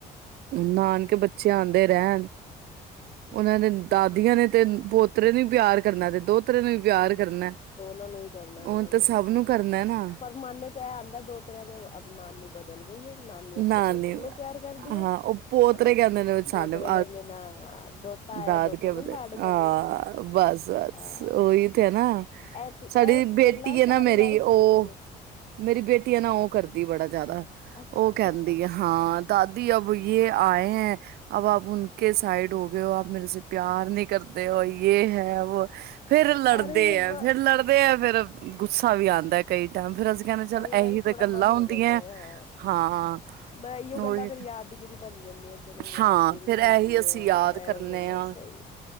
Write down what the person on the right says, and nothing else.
ਨਾਨਕੇ ਬੱਚੇ ਆਂਦੇ ਰਹਿਣ। ਉਹਨਾਂ ਨੇ ਦਾਦੀਆਂ ਨੇ ਤੇ ਪੋਤਰੇ ਨੂੰ ਵੀ ਪਿਆਰ ਕਰਨਾ ਤੇ ਦੋਹਤਰੇ ਨੂੰ ਵੀ ਪਿਆਰ ਕਰਨਾ।
ਹੁਣ
ਤਾਂ ਸਭ
ਨੂੰ ਕਰਨਾ ਨਾ
ਨਾ
ਨੀ
ਹਾਂ ਉਹ ਪੋਤਰੇ
ਕਹਿੰਦੇ ਨੇ
ਸਾਨੂੰ
ਦਾਦਕੇ
ਪਤਾ
ਹਾਂ
ਬਸ ਬਸ
ਉਹੀ ਤੇ ਨਾ
ਸਾਡੀ ਬੇਟੀ
ਐ ਨਾ ਮੇਰੀ
ਉਹ
ਮੇਰੀ ਬੇਟੀ ਐ ਨਾ ਓ ਕਰਦੀ ਆ ਬੜਾ ਜ਼ਿਆਦਾ
ਉਹ ਕਹਿੰਦੀ ਆ ਹਾਂ ਦਾਦੀ ਅਬ ਯੇ ਆਏ ਐ ਅਬ ਆਪ ਉਨਕੇ ਸਾਈਡ ਹੋ। ਆਪ ਮੇਰੇ ਸੇ ਪਿਆਰ ਨੀ ਕਰਤੇ ਹੋ ਯੇ ਹੈ ਵੋ ਫੇਰ ਲੜਦੇ
ਐ
ਫੇਰ ਲੜ ਲੜਦੇ ਆ ਫੇਰ ਗੁੱਸਾ ਵੀ ਆਂਦਾ ਕਈ ਟਾਈਮ, ਫੇਰ ਅਸੀਂ ਕਹਿੰਦੇ ਚੱਲ
ਐਹੀ
ਤੇ ਗੱਲਾਂ
ਹੁੰਦੀਆਂ।
ਹਾਂ,
ਉਹੀ
ਹਾਂ ਫੇਰ
ਇਹੀ
ਅਸੀਂ
ਯਾਦ
ਕਰਨੇ
ਆ